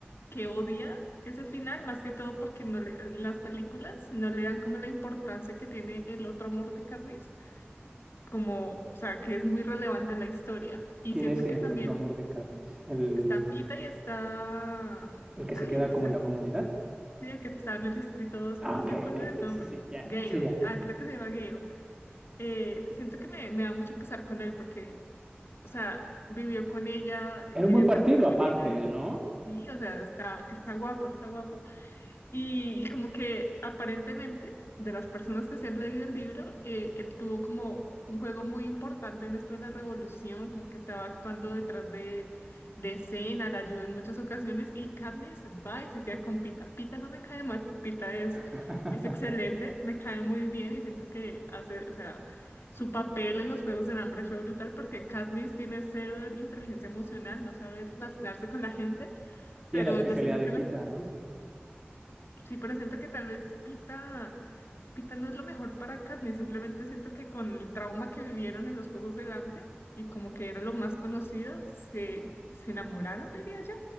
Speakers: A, on the left (about 80°); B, on the right (about 20°).
A: que odia ese final, más que todo porque no le- en las películas no le dan como la importancia que tiene el otro amor de Katniss, como, o sea, que es muy relevante en la historia. Y
B: ¿Quién
A: siento
B: es el
A: que también
B: otro amor de Katniss? ¿El,
A: está Pita y está...
B: el que
A: Ay,
B: se queda
A: pues
B: como en la comunidad?
A: Sí, el que estaba en el distrito 12,
B: Ah,
A: no
B: ok,
A: me acuerdo
B: ok,
A: del
B: ok,
A: nombre.
B: sí, sí, ya,
A: Gale,
B: sí, ya.
A: ah, creo que se llama Gale. Eh, siento que me, me da mucho pesar con él porque, o sea, vivió con ella,
B: Era
A: quería
B: un buen
A: escaparse
B: partido
A: con
B: aparte,
A: ella.
B: ¿no?
A: Sí, o sea, está, está guapo, está guapo. Y, y como que aparentemente, de las personas que se han leído el libro, eh, él tuvo como un juego muy importante en esto de la revolución, como que estaba actuando detrás de, de escena, la ayudó en muchas ocasiones y Katniss va y se queda con Pita. Pita no me cae mal, Pita es,
B: <laughs>
A: es excelente, me cae muy bien y siento que hace, o sea, su papel en los Juegos del Hambre fue brutal porque Katniss tiene cero inteligencia emocional, no sabe relacionarse con la gente
B: Y
A: pero
B: a la especialidad
A: yo siento
B: de
A: que
B: pita,
A: lo
B: ¿no? Sí.
A: Sí, pero siento que tal vez Pita, Pita no es lo mejor para Katniss, simplemente siento que con el trauma que vivieron en los Juegos del Hambre y como que era lo más conocido, se, se enamoraron, diría yo.